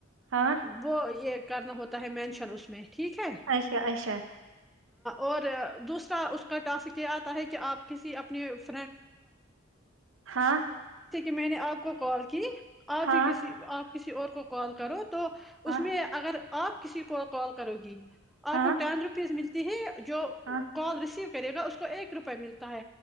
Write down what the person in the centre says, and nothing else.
وہ یہ کرنا ہواتہ مینشن اس م ات ٹھیک ہے
اور دوسرا اس کا ٹاسک یہ آتا ہے کہ آپ کسی اپنے <inaudible> <inaudible>
میں نے اپ کو کال کی اپ
ہی کی سے یور کو کال کروں تو
اس میں اگر اپ کسی کو کال کرو گی اپ
کو ڈین ریپیز ملتے ہیں <inaudible> <inaudible> جو
ریسیو کرے گا اس کو ایک روپے ملے گا